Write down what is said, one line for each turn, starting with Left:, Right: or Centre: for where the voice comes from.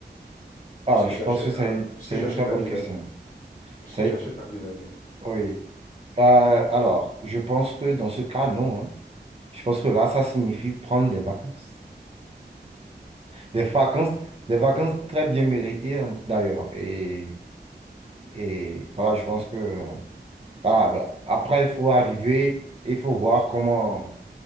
Right: Ah,
Left: Puisque
Right: je
Left: j'achète
Right: pense que c'est
Left: un, puisque
Right: c'est
Left: j'achète
Right: une très bonne
Left: un billet
Right: question.
Left: d'avion. Puisque
Right: C'est,
Left: j'achète un billet d'avion.
Right: oui. Euh, alors, je pense que dans ce cas, non. hein. Je pense que là, ça signifie prendre des vacances. Des vacances, des vacances très bien méritées hein, d'ailleurs. Et, et voilà, je pense que euh, voilà, après, il faut arriver et il faut voir comment,